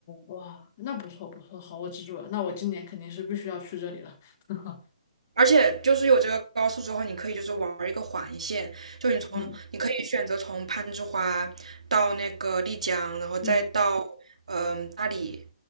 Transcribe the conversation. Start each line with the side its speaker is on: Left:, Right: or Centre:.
Left: 哇，那不错不错，好，我记住了，那我今年肯定是必须要去这里了。<laughs>
Right: 而且就是有这个高速之后，你可以就是玩一个环线，就你从你可以选择从攀枝花到那个丽江，
Left: 嗯。
Right: 然后再到嗯、
Left: 嗯
Right: 大理，